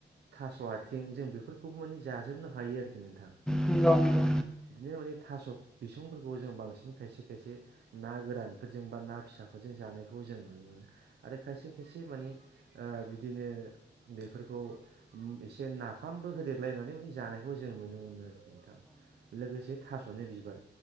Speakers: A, on the right; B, in the centre.
A: थास' आथिं जों बेफोरखौबो माने जाजोबनो हायो आरोखि नोंथां।
B: नंगौ नंगौ नंगौ
A: औ बिदिनो माने थास' बिसंफोरखौ जों बांसिन खायसे खायसे ना गोरानफोरजों जों बा ना फिसाफोरजों जानायखौ जों नुनो मोनो आरो खायसे खायसे माने ओ बिदिनो बेफोरखौ एसे नाफामबो होदेरलाय नानै माने जानायखौ जों नुनो मोनो आरोखि नोंथां। लोगोसे थास'नि बिबार